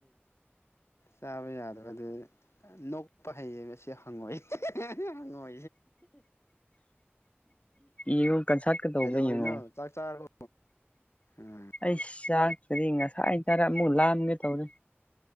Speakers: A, on the left; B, on the left.
A: ꯆꯥꯕ ꯌꯥꯗꯕꯗꯤ ꯅꯣꯛꯄ ꯍꯩꯌꯦꯕ ꯑꯁꯤ ꯍꯪꯉꯣꯏ ꯍꯪꯉꯣꯏ
B: ꯌꯦꯡꯉꯣ ꯀꯟꯁꯥꯠꯀ ꯇꯧꯕꯔ꯭
A: ꯀꯩꯗꯧꯔꯤꯅꯣ
B: ꯌꯦꯡꯉꯣ
A: ꯆꯥꯛ ꯆꯥꯔꯕꯣ ꯎꯝ
B: ꯑꯩꯁ ꯆꯥꯛꯇꯨꯗꯤ ꯉꯁꯥꯏ ꯆꯔꯦ ꯑꯃꯨꯛ ꯂꯥꯝꯒꯦ ꯇꯧꯔꯦ